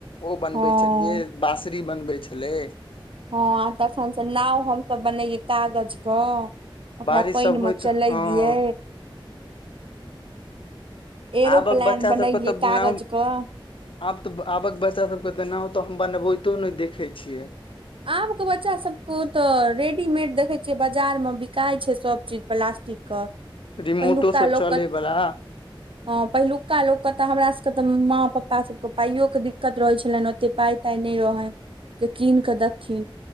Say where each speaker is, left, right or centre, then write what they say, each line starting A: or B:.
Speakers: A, on the left; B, on the right.
A: ओ बनबै
B: हँ
A: छलियै बासरी बनबै छलैय
B: हँ तखन सऽ नाव हमसभ बनैये कागज कऽ ओकरा
A: बारिश
B: पानि
A: सब
B: मऽ
A: होइत
B: चलैए
A: हँ
B: एरोप्लान
A: आबक बच्चा
B: बनैये
A: सबके तऽ
B: कागज
A: नाम
B: कऽ
A: आब तऽ आबक बच्चा सब के तऽ नाव तऽ हम बनबैतो नऽ देखे छियै
B: आब के बच्चा सबके ओ तऽ रेडीमेड देखै छियै बाजार मे बिकाय छै सब चीज प्लास्टिक कऽ पेहलूका
A: रिमोटो से
B: लोक
A: चले
B: कऽ
A: बला
B: हँ पहिलुका लोक के तऽ हमरा सब के तऽ माँ पापा सबके पाइयो के दिक्कत रहैत छलनि ओते पाइ ते नहि रहैय कीन कऽ दखि